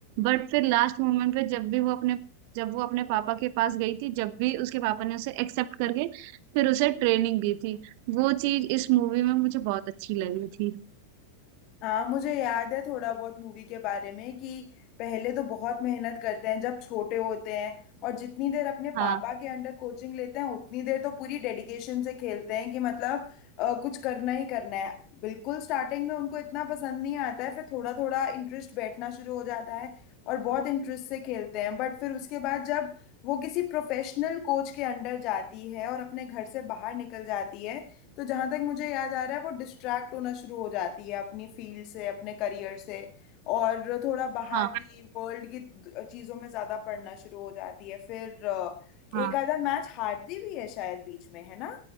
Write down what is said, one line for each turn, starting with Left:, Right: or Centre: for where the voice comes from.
Right: बट फिर लास्ट मोमेंट पे जब भी वो अपने जब वो अपने पापा के पास गई थी जब भी उसके पापा ने उसे एक्सेप्ट करके फिर उसे ट्रेनिंग दी थी वो चीज इस मूवी में मुझे बहुत अच्छी लगी थी
Left: हाँ मुझे याद है थोड़ा बहुत मूवी के बारे में कि पहले तो बहुत मेहनत करते हैं जब छोटे होते हैं और जितनी देर अपने
Right: हाँ
Left: पापा के अंडर कोचिंग लेते हैं उतनी देर तो पूरी डेडिकेशन से खेलते हैं कि मतलब अ, कुछ करना ही करना है बिल्कुल स्टार्टिंग में उनको इतना पसंद नहीं आता है फिर थोड़ा थोड़ा इंटरेस्ट बैठना शुरू हो जाता है और बहुत इंटरेस्ट से खेलते हैं बट फिर उसके बाद जब वो किसी प्रोफेशनल कोच के अंडर जाती है और अपने घर से बाहर निकल जाती है तो जहाँ तक मुझे याद आ रहा है वो डिस्ट्रैक्ट होना शुरू हो जाती है अपनी फील्ड से अपने करियर से और थोड़ा बाहर
Right: हाँ
Left: की वर्ल्ड की चीज़ों में ज़्यादा पढ़ना शुरू हो जाती है फिर अ,
Right: हाँ
Left: एक आधा मैच हारती भी है शायद बीच में है ना।